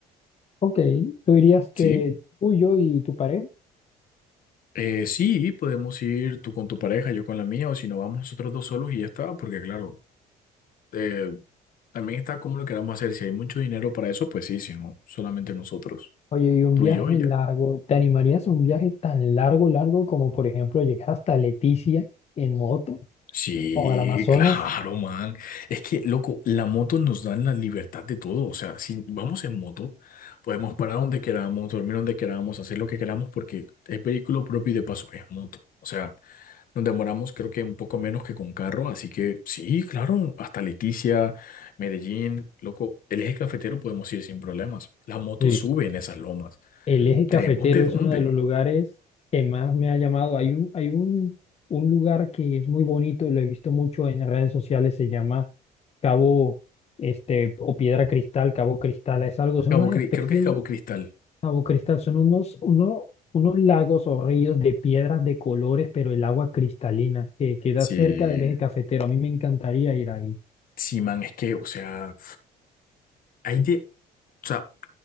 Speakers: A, on the left (about 40°); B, on the left (about 55°).
A: Ok, tú dirías que
B: Sí.
A: tú, yo y tu pareja.
B: Eh, sí, podemos ir tú con tu pareja, yo con la mía, o si no, vamos nosotros dos solos y ya está, porque claro. Eh, también está como lo queramos hacer. Si hay mucho dinero para eso, pues sí, si no, solamente nosotros,
A: Oye, y un
B: tú
A: viaje
B: y yo y
A: largo,
B: ya.
A: ¿te animarías a un viaje tan largo, largo como por ejemplo llegar hasta Leticia en moto
B: Sí,
A: o al Amazonas?
B: claro, man. Es que, loco, la moto nos da la libertad de todo. O sea, si vamos en moto, podemos parar donde queramos, dormir donde queramos, hacer lo que queramos, porque es vehículo propio y de paso es moto. O sea, nos demoramos creo que un poco menos que con carro, así que sí, claro, hasta Leticia, Medellín, loco, el eje cafetero podemos ir sin problemas. La moto
A: Sí.
B: sube en esas lomas.
A: El eje
B: ¿Tenemos
A: cafetero
B: de
A: es
B: dónde?
A: uno de los lugares que más me ha llamado. Hay un, hay un, un lugar que es muy bonito, lo he visto mucho en redes sociales, se llama Cabo, este, o Piedra Cristal, Cabo Cristal. Es algo, son
B: Cabo
A: unas
B: Cri-
A: especies
B: creo que es Cabo Cristal.
A: Cabo Cristal son unos, uno- unos lagos o ríos de piedras de colores, pero el agua cristalina que queda
B: Sí,
A: cerca del eje cafetero. A mí me encantaría ir ahí.
B: sí, man, es que, o sea, hay de, o sea,